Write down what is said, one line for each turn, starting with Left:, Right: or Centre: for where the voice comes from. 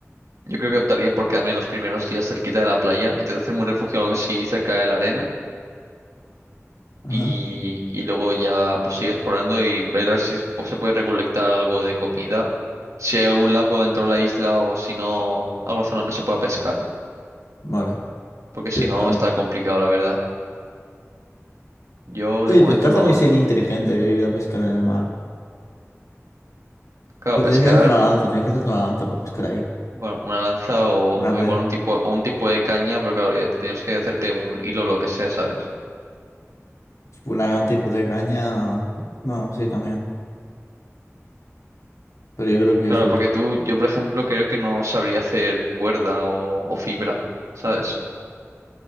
Right: yo creo que optaría por quedarme los primeros días cerquita de la playa, intentar hacerme un refugio o algo así cerca de la arena
Left: Ajá.
Right: y, y luego ya pues ir explorando y ver a ver si pues, se puede recolectar algo de comida. Si hay algún lago dentro de la isla o si no, alguna zona no se pueda pescar,
Left: Vale.
Right: porque si
Left: Sí, está
Right: no
Left: bien.
Right: está complicado, la verdad. Yo
Left: Sí,
Right: de momento
Left: pescar
Right: no,
Left: también sería inteligente ir a pescar en el mar.
Right: claro,
Left: Pero
Right: pescar,
Left: tienes que hacerte una lanza, tienes que hacerte una lanza para pescar ahí.
Right: bueno, una lanza o,
Left: Una
Right: o igual
Left: red.
Right: un tipo, o un tipo de caña, pero claro, ya tenías que hacerte un hilo o lo que sea, ¿sabes?
Left: Una tipo de caña. no sí, también. Pero yo creo que
Right: Claro,
Left: sobre
Right: porque
Left: todo.
Right: tú, yo por ejemplo, creo que no sabría hacer cuerda o, o fibra, ¿sabes?